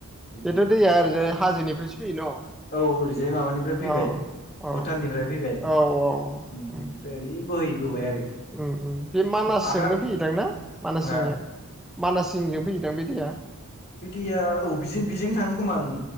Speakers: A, on the left; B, in the centre.
A: बिदि
B: बेथ' दैया ओरैजाय हाजोनिफ्रायसो फैयो न?
A: औ ओरैजाय माबानिफ्राय फैबाय
B: औ। औ
A: भुटाननिफ्राय फैबाय
B: औ औ
A: उम
B: ओ।
A: बेनिफ्राय ओरै बोहैबोबाय आरो
B: उम उम। बे मानासजोंनो
A: आगार
B: फैयोदां ना? मानास
A: हा
B: जिंनिया मानास जिंजों फैदोंदां बे दैया?
A: बि दैया औ बि-बिजों थाङो खोमा ओं।